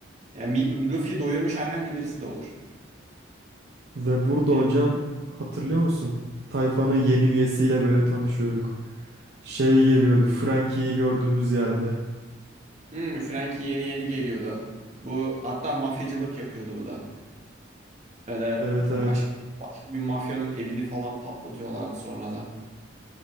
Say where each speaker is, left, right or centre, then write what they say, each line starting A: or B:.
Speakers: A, on the right; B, on the right.
A: Yani Mi- Luffy doyurmuş herhangi birisi de olur.
B: Ve burada
A: Bir,
B: hocam hatırlıyor musun? Tayfanın yeni üyesiyle böyle tanışıyorduk. Şey geliyordu Frankie'yi gördüğümüz yerde.
A: hmm, Frankie yeni yeni geliyordu. Bu hatta mafyacılık yapıyordu bu da. Öyle
B: Evet evet.
A: başka, başka bir mafyanın evini falan patlatıyorlardı sonradan.